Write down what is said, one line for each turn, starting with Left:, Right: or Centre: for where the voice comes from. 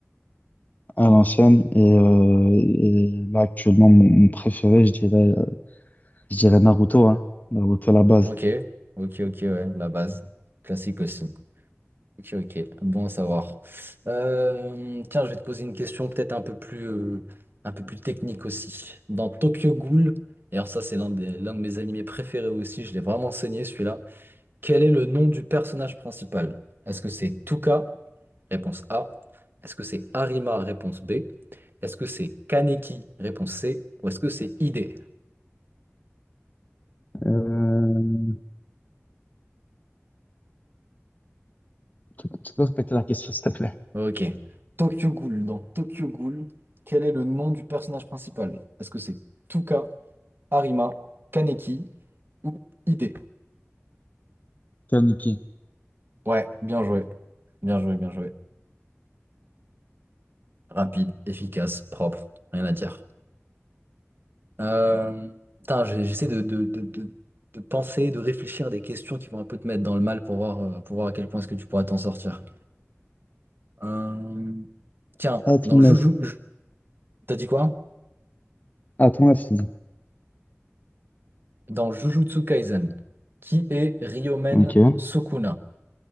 Left: à l'ancienne. Et, euh, et là, actuellement, mon, mon préféré, je dirais, euh, je dirais Naruto, hein. Naruto à la base.
Right: Ok, ok, ok, ouais, la base. Classique aussi. Ok, ok, bon à savoir. Euh, tiens, je vais te poser une question peut-être un peu plus, euh, un peu plus technique aussi. Dans Tokyo Ghoul, et alors ça c'est l'un des, l'un de mes animés préférés aussi, je l'ai vraiment saigné celui-là. Quel est le nom du personnage principal? Est-ce que c'est Tuka? Réponse A. Est-ce que c'est Harima? Réponse B. Est-ce que c'est Kaneki? Réponse C. Ou est-ce que c'est Ide?
Left: Euh, tu, tu peux répéter la question, s'il te plaît?
Right: Ok. Tokyo Ghoul. Dans Tokyo Ghoul, quel est le nom du personnage principal? Est-ce que c'est Tuka, Harima, Kaneki ou Ide?
Left: Kaneki.
Right: Ouais, bien joué. Bien joué, bien joué. Rapide, efficace, propre. Rien à dire. Euh, putain, j'ai- j'essaie de, de, de, de- de penser, de réfléchir à des questions qui vont un peu te mettre dans le mal pour voir, euh, pour voir à quel point est-ce que tu pourras t'en sortir. Euh, tiens,
Left: À ton
Right: dans Juju...
Left: âge.
Right: Ju- T'as dit quoi?
Left: À ton âge, tu dis.
Right: Dans Jujutsu Kaisen, qui est Ryomen
Left: Ok.
Right: Sukuna?